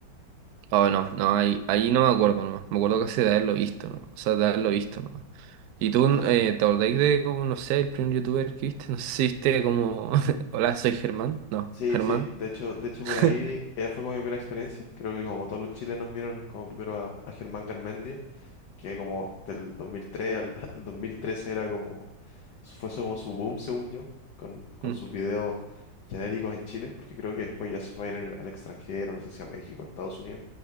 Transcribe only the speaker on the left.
Ya.
Sí,
sí. De hecho, de hecho
por ahí era fue como mi primera experiencia. Creo que como todos los chilenos vieron como primero a, a Germán Garmendia, que como del 2003 al, <laughs> al 2013 era como su- fue su- como su boom, según yo, con, con
sus videos genéricos en Chile, porque creo que después ya se fue a ir al, al extranjero, no sé si a México, a Estados Unidos,